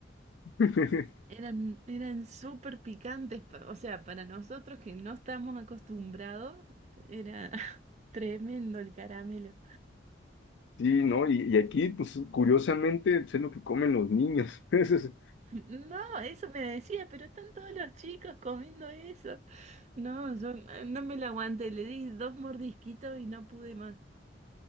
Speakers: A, on the left; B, on the right.
A: <laughs>
B: Eran, eran súper picantes, pa- o sea, para nosotros que no estamos acostumbrados, era <laughs> tremendo el caramelo.
A: Sí, ¿no? Y, y aquí, pues curiosamente, pues, es lo que comen los niños. <laughs> Eso es-
B: No, eso me decía, pero están todos los chicos comiendo eso. No, yo no no me lo aguanté, le di dos mordisquitos y no pude más.